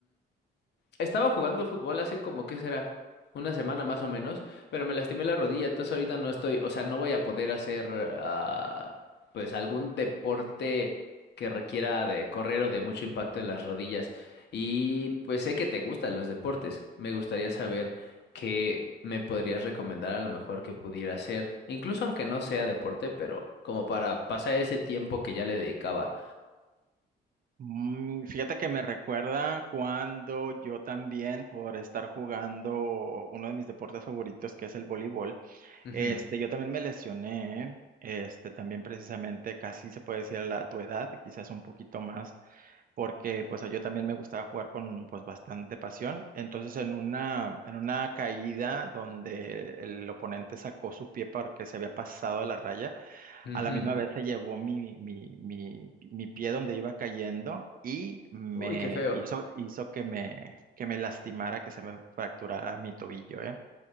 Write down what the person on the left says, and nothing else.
Estaba jugando fútbol hace como, ¿qué será? Una semana más o menos, pero me lastimé la rodilla, entonces ahorita no estoy, o sea, no voy a poder hacer, ah, pues, algún deporte que requiera de correr o de mucho impacto en las rodillas. Y pues sé que te gustan los deportes. Me gustaría saber qué me podrías recomendar a lo mejor que pudiera hacer, incluso aunque no sea deporte, pero como para pasar ese tiempo que ya le dedicaba.
Ujú,
ujú.
Uy, qué feo.